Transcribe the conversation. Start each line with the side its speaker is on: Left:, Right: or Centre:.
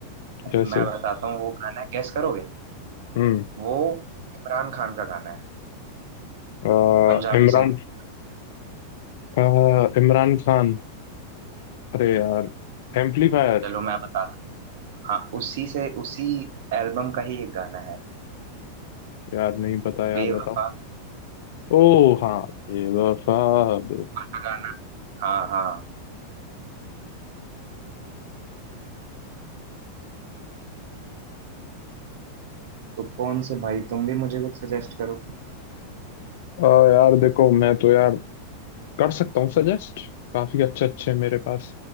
Left: जैसे
Right: मैं बताता हूँ वो गाना है गेस करोगे
Left: हम्म
Right: वो इमरान खान का गाना है
Left: अ,
Right: पंजाबी
Left: इमरान
Right: सिंगर
Left: अ, इमरान खान अरे यार एम्पलीफायर
Right: चलो मैं बताता हूँ हाँ उसी से उसी एल्बम का ही एक गाना है
Left: यार नहीं पता यार
Right: बेवफा
Left: बताओ ओ हाँ बेवफा बेवफा
Right: का गाना हाँ हाँ तो कौन से भाई तुम भी मुझे कुछ सजेस्ट करो
Left: आ, यार देखो मैं तो यार कर सकता हूँ सजेस्ट काफी अच्छे अच्छे हैं मेरे पास